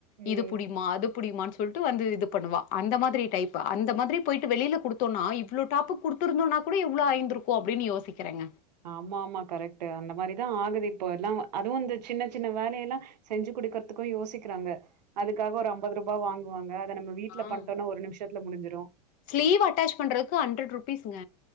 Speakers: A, on the right; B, on the left.
A: ம்.
B: இது புடிமா அது எப்புடிமானு சொல்லிட்டு வந்து இது பண்ணுவா அந்த மாதிரி டைப்பு அந்த மாதிரி போயிட்டு வெளியிலகொடுத்தானா இவ்வளோ யாப்பு குடுத்துருந்தனா ஒப்டி இவ்வளோ ஆயந்திருக்கு அப்டினு யோசிக்கிறேங்க
A: ஆமா ஆமா கரெக்ட் அந்த மாதிரிதா ஆகுது இப்போ எல்லாம் அதுவும் இந்த சின்ன சின்ன வேலையெல்லா செஞ்சு குடுக்கறத்துக்கு யோசிக்கிறாங்க அதுக்காக ஒரு ஐம்பது ரூபாய் வாங்குவாங்க அத நம்ம வீட்ல
B: ஆ
A: பண்ணிட்டோம்னா ஒரு நிமிஷத்துல முடிஞ்சிரும்.
B: ஸ்லீவ் அட்டாச் பண்றதுக்கு அன்ட்ரட் ருபீஸ்ங்க